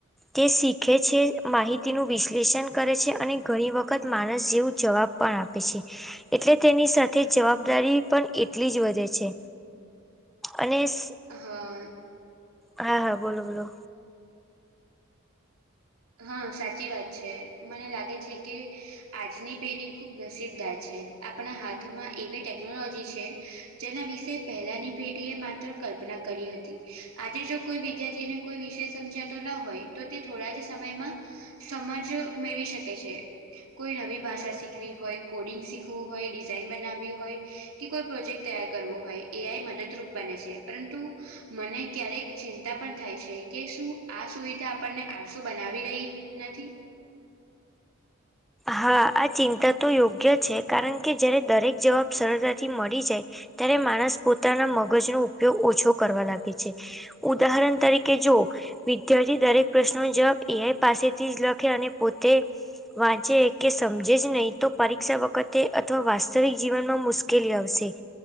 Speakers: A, in the centre; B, on the right.
A: તે શીખે છે માહિતીનું વિશ્લેષન કરે છે અને ઘણી વખત માણસ જેવું જવાબ પણ આપે છે એટલે તેની સાથે જવાબદારી પણ એટલી જ વધે છે. અનેસ
B: અહા
A: હા હા બોલો બોલો
B: હ સાચી વાત છે મને લાગે છે કે આજની પેઢી ખૂબ નસીબદાર છે આપણા હાથમાં એવી ટેકનોલોજી છે જેના વિશે પહેલાની પેઢીએ માત્ર કલ્પના કરી હતી આજે જો કોઈ <unintelligible> કોઈ વિષય સમજાતો ન હોય તો તે થોડા જ સમયમાં સમજ મેળવી શકે છે. કોઈ નવી ભાષા શીખવી હોય કોડિંગ શીખ ખવું હોય ડિઝાઇન બનાવી હોય કે કોઈ પ્રોજેક્ટ તૈયાર કરવો હોય એ આઈ મદદરૂપ બને છે પરંતુ મને ક્યારેક ચિંતા પણ થાય છે કે શું આ સુવિધા આપણને આ શું બનાવી રઈ નથી
A: હા આ ચિંતા તો યોગ્ય છે કારણકે જ્યારે દરેક જવાબ સરળતાથી મરી જાય ત્યારે માણસ પોતાના મગજનો ઉપયોગ ઓછો કરવા લાગે છે. ઉદાહરણ તરીકે જો વિદ્યાર્થી દરેક પ્રશ્નનોનો જવાબ એ આઈ પાસેથી જ લખે અને પોતે વાંચે કે સમજે જ નઈ પરીક્ષા વખતે અથવા વાસ્તવિક જીવનમાં મુશ્કેલી આવશે.